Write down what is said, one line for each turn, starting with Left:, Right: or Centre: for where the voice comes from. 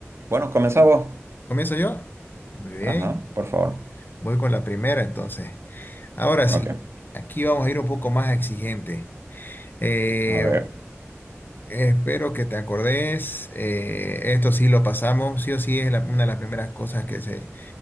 Right: bueno, comenzamos.
Left: ¿Comienzo yo? Muy bien,
Right: Ajá, por favor.
Left: voy con la primera entonces. Ahora sí,
Right: Ok,
Left: aquí vamos a ir un poco más exigente. Eh,
Right: a ver.
Left: Espero que te acordes. eh, esto sí lo pasamos. Sí o sí es la- una de las primeras cosas que se,